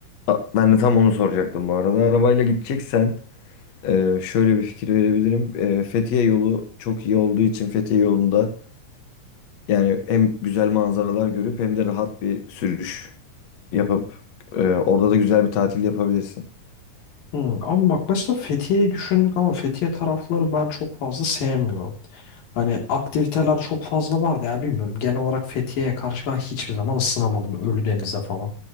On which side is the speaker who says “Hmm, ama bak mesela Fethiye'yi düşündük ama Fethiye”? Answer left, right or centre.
Left